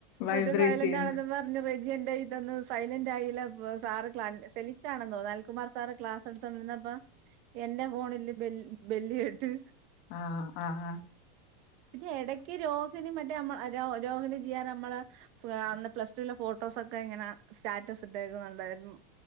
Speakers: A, on the left; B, on the right.
A: വൈബ്രേറ്റ്
B: മറ്റേ സൈലന്റാണെന്നും
A: ചെയ്യുന്നു
B: പർഞ് വെജ്ജ്ഇറ്റാക്കി തന്നു സൈലന്റായില വ് സാറ് ക്ലാന് സെലിറ്റാണെന്നോ നാൽകുമാർ സാറ് ക്ലാസെട്ത്തോണ്ടിരി ന്നപ്പൊ എന്റെ ഫോണില് ബെൽ ബെല്ല്കേട്ട്
A: ആഹ ആഹ
B: പിന്നെ എടക്ക് രോ ഹണി മറ്റേ മ്മ രോ രോഹിണിജിയാ നമ്മളെ ഫ്ആ അന്ന് പ്ലസ്റ്റ്റ്റൂലെ ഫോട്ടോസൊക്കെ ഇങ്ങനെ സ്റ്റാറ്റസ് സ്ട്ടേക്ക് കണ്ടായ്ര്ന്നു